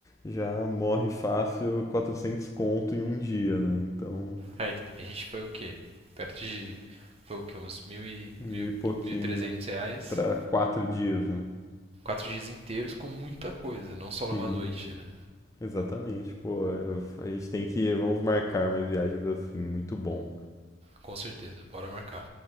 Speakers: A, on the left (about 15°); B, on the right (about 30°).
A: já morre fácil 400 conto em um dia, né? Então,
B: Aí então, a gente foi o quê? Perto de, foi o quê? Uns mil e,
A: mil
B: mil,
A: e pouquinho
B: mil e trezentos reais,
A: pra quatro dias, né?
B: quatro dias inteiros com muita coisa, não só
A: Sim,
B: numa noite, né?
A: exatamente, pô, é, a gente tem que, vamos marcar umas viagens assim, muito bom.
B: Com certeza, bora marcar.